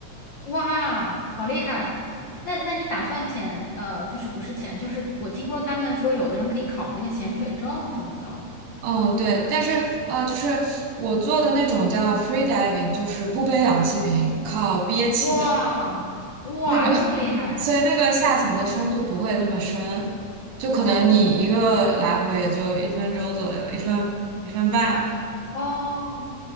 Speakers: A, on the left; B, on the right.
A: 哇，好厉害！那那你打算潜呃，就是不是潜，就是我听说他们说有的人可以考那个潜水证什么的。
B: 嗯，对，但是呃，就是我做的那种叫 free diving，就是不背氧气瓶，靠憋气的。
A: 哇哇，
B: 那个，
A: 这么厉害！
B: <laughs> 所以那个下潜的深度不会那么深，
A: 哦
B: 就可能你一个来回也就一分钟左右，
A: 哦
B: 一分一分半。
A: 哦，